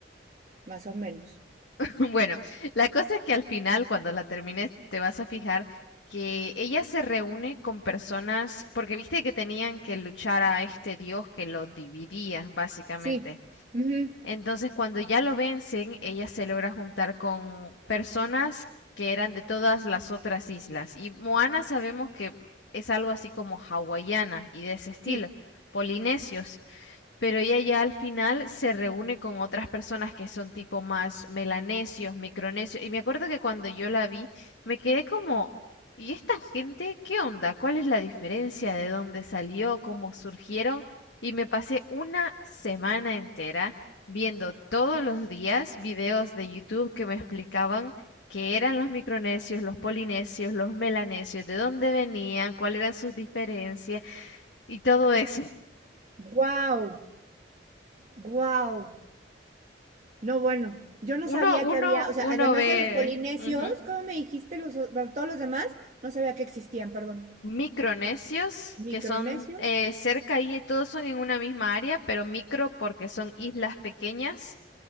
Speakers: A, on the right; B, on the left.
A: más o menos.
B: <laughs> Bueno, la cosa es que al final, cuando la termines, te vas a fijar que ella se reúne con personas, porque viste que tenían que luchar a este dios que los dividía, básicamente.
A: Sí, Ujú,
B: Entonces, cuando ya lo vencen, ella se logra juntar con personas que eran de todas las otras islas. Y Moana sabemos que es algo así como hawaiana y de ese estilo,
A: sí.
B: polinesios. Pero ella ya al final se reúne con otras personas que son tipo más melanesios, micronesios. Y me acuerdo que cuando yo la vi, me quedé como, ¿y esta gente qué onda? ¿Cuál es la diferencia? ¿De dónde salió? ¿Cómo surgieron? Y me pasé una semana entera viendo todos los días videos de YouTube que me explicaban qué eran los micronesios, los polinesios, los melanesios, de dónde venían, cuáles eran sus diferencias y todo eso.
A: wow wow No, bueno, yo no
B: Uno,
A: sabía
B: uno,
A: que había, o sea,
B: uno
A: además
B: ve
A: de los polinesios,
B: ujú,
A: ¿cómo me dijiste los, o- bueno, todos los demás? No sabía que existían, perdón.
B: Micronesios,
A: Micronesios,
B: que son eh, cerca y todos son en una misma área, pero micro porque son islas pequeñas